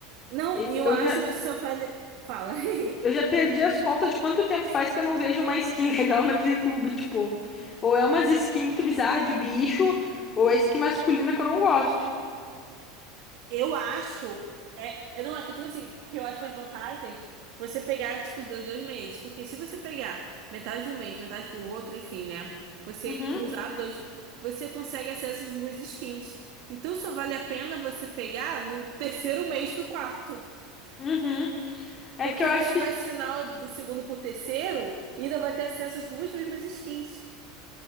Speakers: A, on the right; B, on the left.
A: Não,
B: E-
A: e eu
B: Eu
A: acho
B: já,
A: que só vale. Fala. <laughs>
B: eu já perdi as contas de quanto tempo faz que eu não vejo uma skin <laughs> legal naquele clube, tipo. Ou é umas skins muito bizarras de bicho, ou é skin masculina que eu não gosto.
A: Eu acho. É, é, não, é que, tipo assim, porque eu acho mais vantagem você pegar, tipo, os dois, dois meses. Porque se você pegar metade de um mês, metade do outro, enfim, né? Você
B: Uhum.
A: cruzar dois, você consegue acesso às duas skins. Então só vale a pena você pegar no terceiro mês pro quarto.
B: Uhum. É
A: Porque
B: que eu acho
A: você
B: que
A: vai assinar do segundo pro terceiro e ainda vai ter acesso às duas mesmas skins.